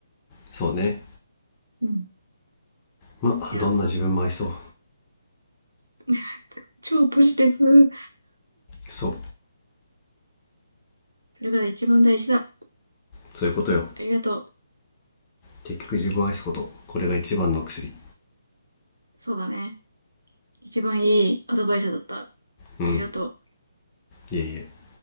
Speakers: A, on the left (about 25°); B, on the right (about 80°).
A: そうね
B: うん。
A: まあどんな自分も愛そう
B: いや、<laughs> 超ポジティブ。
A: そう
B: それが一番大事だ。
A: そういうことよ
B: ありがとう。
A: 結局自分を愛すことこれが一番の薬
B: そうだね。一番いいアドバイスだった。
A: うん
B: ありがとう。
A: いえいえ